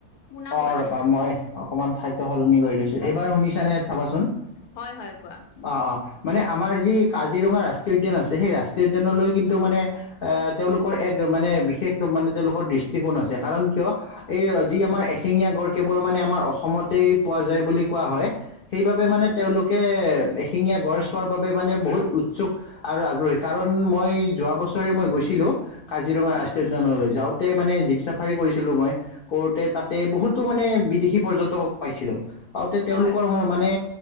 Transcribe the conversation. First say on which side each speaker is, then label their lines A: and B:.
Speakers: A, on the left (about 80°); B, on the left (about 65°).
A: শুনা
B: অ,
A: পোৱা
B: ৰবা
A: নাই
B: মই অকমান ঠাইটো সলনি কৰি লৈছো এইবাৰ শুনিছা নে চাবাচোন?
A: হয় -হয় কোৱা?
B: অ', অ', মানে আমাৰ যি কাজিৰঙা ৰাষ্ট্ৰীয় উদ্যান আছে সেই ৰাষ্ট্ৰীয় উদ্যানলৈ কিন্তু মানে এ তেওঁলোকৰ এক মানে বিশেষ মানে তেওঁলোকৰ দৃষ্টিকোণ আছে কাৰণ কিয় এই যি আমাৰ এশিঙীয়া গড় কেৱল মানে আমাৰ অসমতেই পোৱা যায় বুলি কোৱা হয় সেইবাবে
A: হয়
B: মানে তেওঁলোকে এশিঙীয়া গড় চোৱাৰ বাবে মানে বহুত উৎসুক আৰু আগ্ৰহী কাৰণ মই যোৱা বছৰে মই গৈছিলোঁ কাজিৰঙা
A: হয়
B: ৰাষ্ট্ৰীয় উদ্যানলৈ যাওঁতে মানে জীপ চাফাৰী কৰিছিলোঁ মই কৰোঁতে তাতে বহুতো মানে বিদেশী পৰ্যটকক পাইছিলোঁ পাওঁতে তেওঁলোকৰ
A: হয়
B: মানে